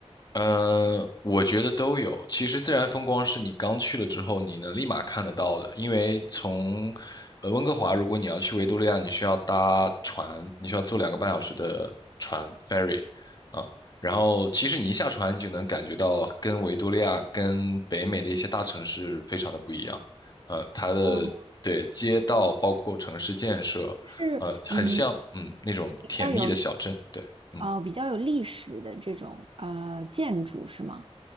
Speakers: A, on the left; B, on the right.
A: 嗯，我觉得都有。其实自然风光是你刚去了之后，你能立马看得到的，因为从呃温哥华，如果你要去维多利亚，你需要搭船，你需要坐两个半小时的船 ferry 啊。然后其实你一下船，你就能感觉到跟维多利亚、跟北美的一些大城市非常的不一样。呃，它的对街道包括城市建设，
B: 哦，是嗯
A: 呃，很像嗯那种甜蜜的小镇，
B: 比较有
A: 对。嗯。
B: 哦比较有历史的这种呃建筑是吗？